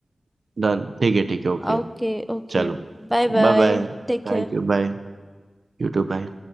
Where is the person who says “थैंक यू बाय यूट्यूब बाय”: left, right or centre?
Right